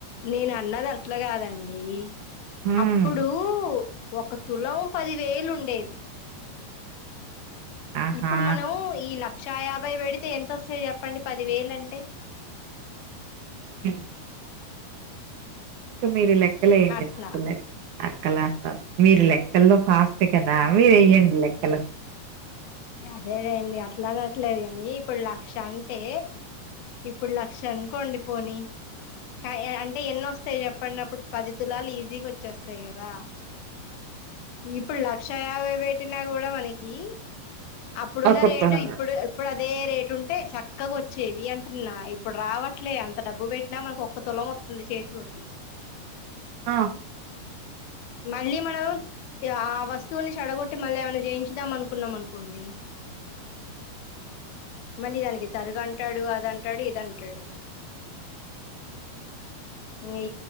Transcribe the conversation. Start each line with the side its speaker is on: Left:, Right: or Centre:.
Left: నేను అన్నది అట్లా కాదండి
Right: ఉమ్
Left: అప్పుడు ఒక తులం పది వేలుండేది
Right: ఆహా
Left: ఇప్పుడు మనం ఈ లక్ లక్ష యాభై పెడితే ఎంతొస్తాయి చెప్పండి పది వేలు అంటే
Right: మ్ ఇంకా మీరు లెక్ అక్కలేయ్యంది
Left: అట్లా
Right: నా పిల్లరికి అక్కలంతా మీరు లెక్కల్లో ఫాస్ట్ కదా మీరు వెయ్యండి లెక్కలు
Left: అదే లెండి అట్లా అట్లేక ని ఇప్పుడు లక్ష అంటే ఇప్పుడు లక్ష అనుకోండి పోని, కా అంటే ఎన్నొస్తాయి చెప్పడినప్పుడు పది తులాలు ఈజీగా వచ్చేస్తాయి కదా, ఇప్పుడు లక్ష యాభై పెట్టినా కూడా మనకి అప్పుడున్న
Right: ఒక
Left: రేటు
Right: తులం
Left: ఇప్పుడు ఇప్పుడు అదే రేటు ఉంటే చక్కగా వచ్చేవి అంటున్నా, ఇప్పుడు రావట్లే అంత డబ్బు పెట్టినా మనకు ఒక్క తులం వస్తుంది చేతిలోకి
Right: ఆ
Left: మళ్ళీ మనం ఆ వస్తువుని చెడగొట్టి మళ్ళీ ఏమైనా జయించుదాం అనుకున్నాం అనుకు కొండి మళ్ళీ దానికి తరుగు అంటాడు అద అంటాడు ఇద అంటాడు, ఇ